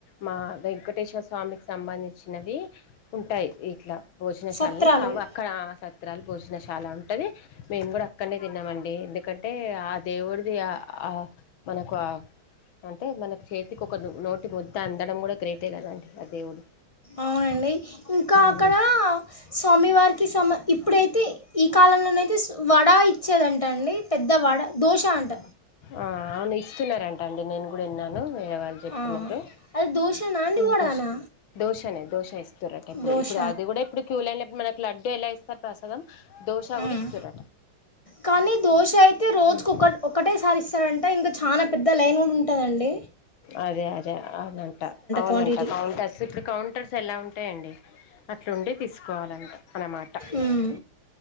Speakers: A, on the left (about 75°); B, on the left (about 40°).
A: మా వెంకటేశ్వర స్వామికి సంబంధించినవి ఉంటాయ్ ఇట్లా భోజనశాలలో
B: సత్రాలు
A: అవి అక్కడ ఆ సత్రాలు భోజనశాల ఉంటది మేము గూడ అక్కడ్నే తిన్నామం డి ఎందుకంటే ఆ దేవుడిది ఆ ఆ మనకు అ అంటే మనకు చేతికి ఒక నోటి ముద్ద అందడం గూడ గ్రేటే కదండి ఆ దేవుడు
B: అవునండి ఇంకా అక్కడ
A: ఆ
B: స్వామివారికి సమ ఇప్పుడైతే ఈ కాలంలోనైతే సు వడ ఇచ్చేదంట అండి పెద్ద వడ దోశ అంట
A: ఆ అవును ఇస్తున్నారంట అండి నేను గూడ ఇన్నాను వేరే వాళ్ళు చెప్పినారు
B: ఆ, అది దోశనా అండి
A: సంతోషం
B: వడనా
A: దోశనే దోశ ఇస్తురట ఇప్పుడు
B: దోశ
A: ఇప్పుడు అది గూడ ఇప్పుడు క్యూ లైన్లకు మనకి లడ్డు ఎలా ఇస్ ప్రసాదం దోశ గూడ
B: ఉమ్.
A: ఇస్తురట
B: కానీ దోశ అయితే రోజుకు
A: ఉహు
B: ఒక ఒకటేసారి ఇస్తారంట ఇంగ చానా పెద్ద లైన్ ఉంటదండి
A: అదే అదే అవునంట అవునంట
B: క్వాంటిటీ
A: కౌంటర్స్ ఇప్పుడు కౌం టర్స్ అలా ఉంటయండి అట్లుండి తీసుకోవాలంట అనమాట అలా
B: మ్మ్.